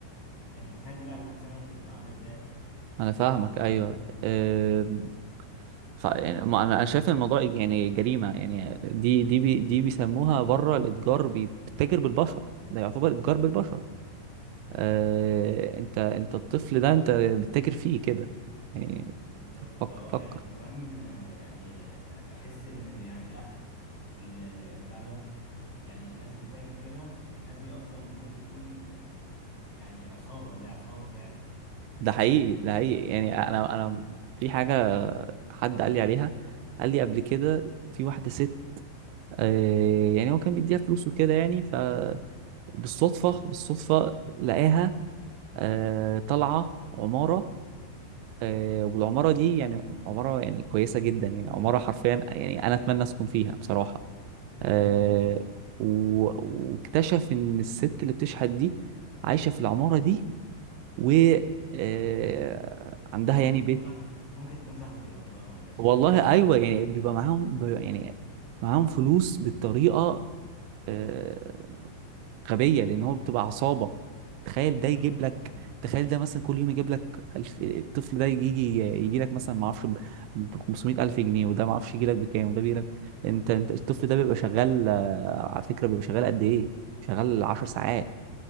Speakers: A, on the left; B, on the right.
A: يعني انت متخيل دي بعد كام سنه ممكن تبقى عامله ازاي
B: انا فاهمك ايوه أم، ف... يعني ما انا أنا شايف إن الموضوع يعني جريمه يعني دي دي بي... دي بيسموها بره الاتجار بي- بتتاجر بالبشر ده يعتبر اتجار بالبشر
A: امم
B: أه... انت انت الطفل ده انت بتتاجر فيه كده يعني
A: بالظبط
B: فكر
A: اه
B: فكر
A: يعني كمان آه، يعني آه، بحس ان ال- يعني لا ال- البتاع ده يعني الناس اللي بتعمل كده الناس دي اصلا ممكن يكون آه، يعني عصابه زي عصابه فعلا
B: ده حقيقي ده حقيقي يعني انا انا في حاجه حد قال لي عليها قال لي قبل كده في واحده ست آه، يعني هو كان بيديها فلوس وكده يعني فبالصدفة بالصدفة لقاها آه، طالعة عمارة آه، والعمارة دي يعني عمارة يعني كويسة جدا يعني عمارة حرفيا يعني أنا أتمنى أسكن فيها بصراحة
A: <laughs>
B: آه، و- واكتشف إن الست اللي بتشحت دي عايشة في العمارة دي و آه، عندها
A: دي ممكن
B: يعني
A: تكون
B: بيت
A: صاحبة ممكن تكون صاحبة العملاق يا باشا
B: والله أيوه يعني بيبقى معاهم بيبقى يعني معاهم فلوس بالطريقة آه، غبيه لان هو بتبقى عصابه تخيل
A: <laughs>
B: ده
A: هي
B: يجيب
A: عصابة
B: لك
A: فعلا
B: تخيل ده مثلا كل يوم يجيب لك الف... الطفل ده يجي يجي يجي لك مثلا ما اعرفش ب 500 الف جنيه وده ما اعرفش يجي لك بكام وده بيجي لك انت انت الطفل ده بيبقى شغال آه، على فكره بيبقى شغال قد ايه شغال 10 ساعات